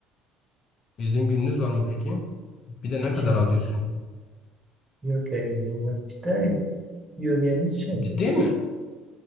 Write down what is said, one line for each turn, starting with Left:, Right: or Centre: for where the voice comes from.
Left: İzin gününüz var mı peki? Bir de ne
Right: <laughs>
Left: kadar alıyorsun?
Right: Yok ya izin yok. İşte yömyemiz şey.
Left: Ciddi mi?